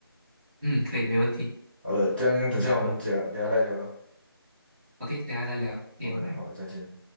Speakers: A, in the centre; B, on the left (about 25°).
A: 嗯，可以没问题，
B: 好的，这样等下我们聊聊来聊聊。
A: 来，OK，等一下再聊，OK，
B: 好的，
A: 拜拜。
B: 好的，再见。